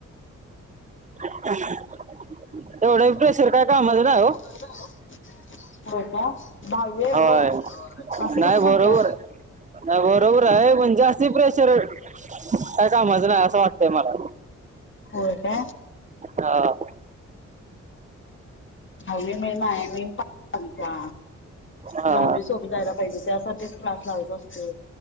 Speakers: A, on the right; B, on the left.
A: तेवढं प्रेशर काय कामाच नाय ओ
B: हो का दहावी आहे
A: होय
B: हो असं
A: नाही
B: कसं
A: बरोबर
B: म्हणताय.
A: नाही बरोबर आहे पण जास्ती प्रेशर काय कामच नाही असं वाटतंय मला
B: होय का?
A: हा.
B: हवले नाही माया <unintelligible> म्हंत्या.
A: हा
B: दहावी सोपी जायला पाहिजे, त्यासाठीच क्लास लावायचा असतो.